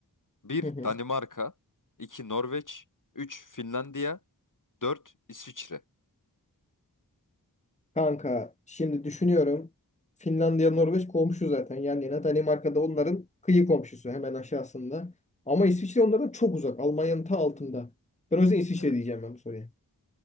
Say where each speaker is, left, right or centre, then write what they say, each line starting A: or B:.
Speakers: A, on the left; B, on the left.
A: bir
B: hı hı.
A: Danimarka iki Norveç üç Finlandiya dört İsviçre
B: Kanka şimdi düşünüyorum. Finlandiya Norveç komşu zaten. Yani yine Danimarka'da onların kıyı komşusu hemen aşağısında. Ama İsviçre onlardan çok uzak. Almanya'nın ta altında. Ben o yüzden İsviçre
A: Evet.
B: diyeceğim ben bu soruya.